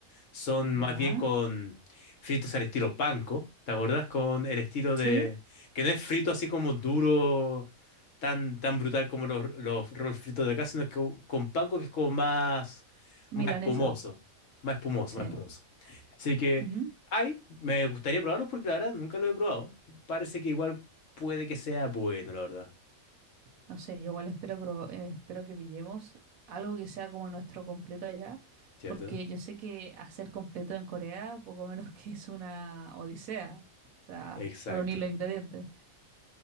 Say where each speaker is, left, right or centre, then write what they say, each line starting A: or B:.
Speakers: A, on the left; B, on the right.
A: son
B: ¿Ya?
A: más bien con fritos al estilo panko. ¿Te acordás? Con el estilo de...
B: Sí,
A: Que no es frito así como duro, tan, tan brutal como los, los rolls fritos de acá, sino que con panko que es como más,
B: milanesa,
A: más espumoso. Más espumoso,
B: sí.
A: más espumoso. Así que
B: Ujú.
A: ay, me gustaría probarlos porque la verdad nunca lo he probado. Parece que igual puede que sea bueno, la verdad.
B: No sé, yo igual espero, pro- eh, espero que pillemos algo que sea como nuestro completo allá,
A: ¿Cierto?
B: porque yo sé que hacer completo en Corea poco menos que es una odisea, o sea,
A: Exacto.
B: reunir los ingredientes.